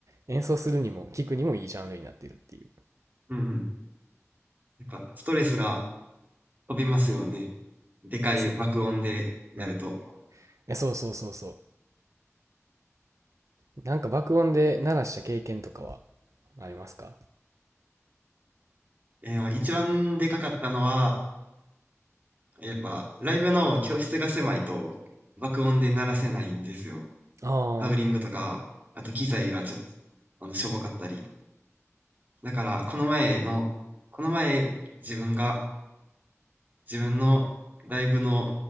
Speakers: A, on the right; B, on the right.
A: 演奏するにも聴くにもいいジャンルになっているっていう。
B: うんうん。なんか、ストレスが飛びますよね。でかい爆音でやると。
A: えそう。うん。え、そうそうそうそう。なんか爆音で鳴らした経験とかはありますか
B: え、ま、一番でかかったのは、やっぱライブの教室が狭いと、爆音で鳴らせないんですよ。
A: ああ
B: ハウリングとか、あと機材がちょっと、あの、しょぼかったり。だから、この前のこの前、自分が、自分のライブの